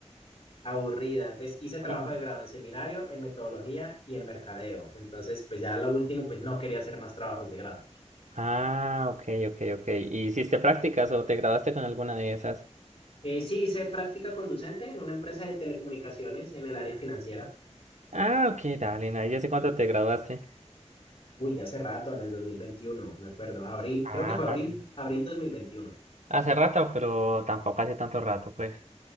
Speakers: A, on the left; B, on the right.
A: aburrida. Entonces hice trabajo
B: ujú.
A: de grado en seminario, en metodología y en mercadeo. Entonces, pues ya lo último, pues no quería hacer más trabajos de grado.
B: Ah, ok, ok, ok. ¿Y hiciste prácticas o te graduaste con alguna de esas?
A: Eh, sí, hice práctica conducente en una empresa de telecomunicaciones en el área financiera.
B: Ah, ok, dale, na, ya sé cuánto te graduaste.
A: Uy, ya hace rato, en el 2021, me acuerdo, abril,
B: Ah,
A: creo que fue abril,
B: dale.
A: abril 2021.
B: Hace rato, pero tampoco hace tanto rato, pues.